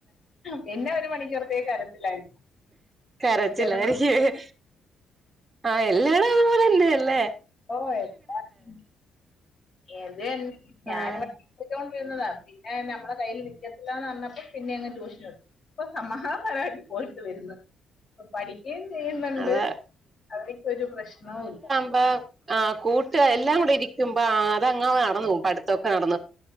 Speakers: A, on the left; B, on the right.
A: പിന്നെ ഒരു മണിക്കൂറത്തേക്ക് കരച്ചിലായിരിക്കും.
B: കരച്ചിലാരിക്കുവേ.
A: ചെറുത്
B: ആഹ് എല്ലാടോം ഇതുപോലെ തന്നെ അല്ലേ?
A: ഓഹ് എല്ലാട്ത്തും അതന്നെ ഞാന്
B: ആഹ്
A: പ ഠിപ്പിച്ചോണ്ടിരുന്നതാ പിന്നെ ഞമ്മളെ കയ്യില് നിക്കത്തില്ലാന്നർഞ്ഞപ്പോ പിന്നെ അങ്ങ് ട്യൂഷനെടുത്തു. ഇപ്പൊ സമാഹാസരായിട്ട് പോയിട്ട് വരുന്നത് ഇപ്പൊ പഠി ക്കേം ചെയ്യുന്നുണ്ട്
B: അതെ
A: അവര്ക്കൊരു പ്രശ്നൊ ഇല്ല.
B: അ ആഹ് കൂട്ട് എല്ലാം കൂടെ ഇരിക്കുമ്പോ ആഹ് അതങ്ങ് നട ന്നോവും ഇപ്പ അട്ത്തൊക്കെ നടന്ന്.